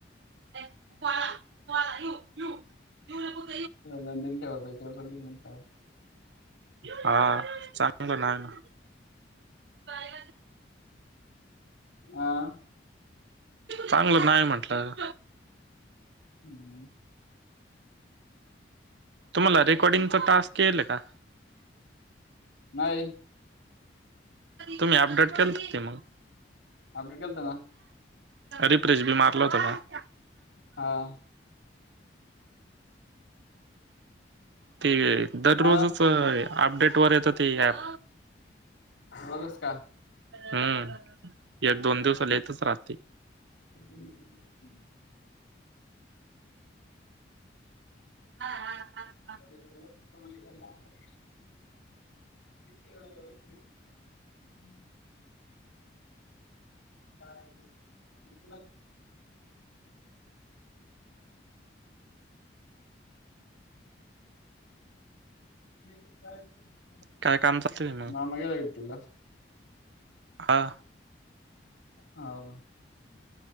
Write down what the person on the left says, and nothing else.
नंदन ठेवायच तिच्यावर सगळं
हां.
हम्म.
नाही.
अपडेट केलत ना.
हां.
हा
रोजस का?
हम्म.
<unintelligible>
हम्. काय हाय ते? <unintelligible> नीट च करायचं म्हणलं.
मामा गेलाय हिलतीला.
हो.